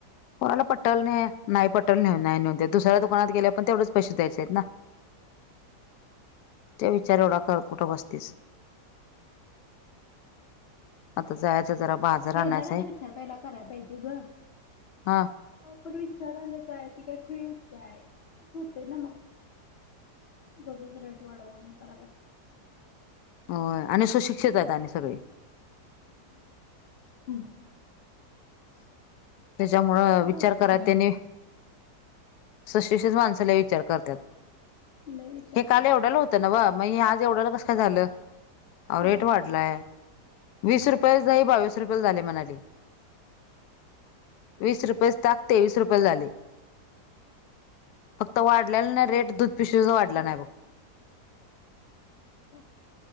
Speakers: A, on the left (about 75°); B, on the left (about 50°).
A: कोणाला पटल नाही, नाही पटल नाही नेऊदे दुसऱ्या दुकनात गेल्यावर पण तेवढेच पैसे द्यायचे आहेत ना? ते विचार एवढा करत कुठं बसतीस. आता जायचं जरा बाजार
B: घेणाऱ्याने
A: आणायचाय.
B: विचार पहिला कराय पाहिजे ग.
A: हां.
B: आपण विचारालोय काय? ती काय खुळी हाईत काय? असं होतंय ना मग. <unintelligible> रेट वाढवून हे करायल्यात काय असं होतंय.
A: होय आणि सुशिक्षित आहेत आणि सगळी.
B: <inaudible>
A: त्याच्यामुळं
B: तसच
A: विचार
B: असतय
A: कराय
B: बाई
A: त्यांनी सुशिक्षित माणसं लय विचार करत्यात
B: लय विचार
A: हे काल
B: करतात
A: एवढ्याला हो त नव्हं, मग हे आज एवढ्याला कसं काय झालं? अहो रेट
B: होय.
A: वाढलाय. वीस रुपये नाही बावीस रुपयेला झालंय म्हणाली. वीस रुपयेच ताक तेवीस रुपयेला झालंय फक्त वाढलेला नाही रेट <unintelligible>
B: <inaudible>
A: वाढला नाही बघ